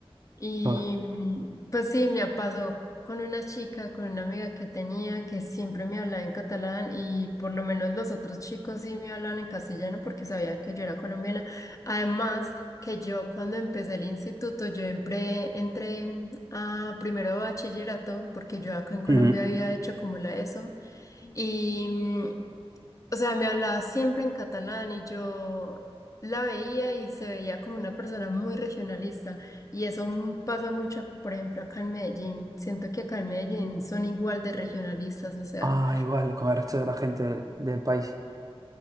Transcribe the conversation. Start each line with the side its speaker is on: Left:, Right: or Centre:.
Left: Y
Right: Ah,
Left: mm, pues sí, me pasó con una chica, con una amiga que tenía que siempre me hablaba en catalán y por lo menos los otros chicos sí me hablaban en castellano porque sabía que yo era colombiana. Además, que yo cuando empecé el instituto, yo entré, entré a primero de bachillerato porque yo acá en Colombia
Right: ujú.
Left: había hecho como la ESO y, mm, o sea, me hablaba siempre en catalán y yo la veía y se veía como una persona muy regionalista. Y eso mm, pasa mucho, por ejemplo, acá en Medellín. Siento que acá en Medellín son igual de regionalistas, o sea.
Right: Ah, igual, con el resto de la gente del país.